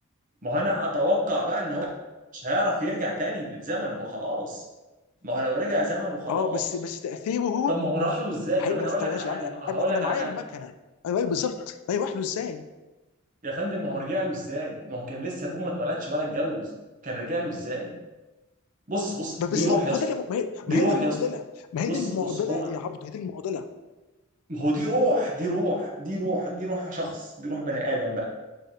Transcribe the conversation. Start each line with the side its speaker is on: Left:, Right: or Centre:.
Right: ما هو انا اتوقع بقى ان هو مش هيعرف يرجع تاني للزمن وما خلاص ما هو لو رجع زمن وخلاص
Left: اه بس بس تاثيره هو
Right: طب ما هو راح له ازاي؟
Left: هيرجع
Right: طب انا هقول
Left: طب
Right: لك
Left: ماشي
Right: على حاجه
Left: يا عم
Right: بقى هقول
Left: انا
Right: لك
Left: انا معايا
Right: على حاجه
Left: المكنه ايوه أيوة بالظبط ما يروح له ازاي
Right: يا فندم ما هو رجع له ازاي؟ ما هو كان لسه ابوه ما اتولدش ولا اتجوز كان رجع له ازاي؟ بص بص
Left: ما بالظبط
Right: دي روح
Left: ما
Right: يا
Left: هو
Right: اسطى
Left: ده اللي- ب- ما هي
Right: دي
Left: ما
Right: روح
Left: هي دي المعضله
Right: يا اسطى
Left: ما هي
Right: بص
Left: دي المعضله
Right: بص هو
Left: يا عبد هي دي المعضله
Right: ما هو دي روح دي روح دي روح دي روح شخص دي روح بني ادم بقى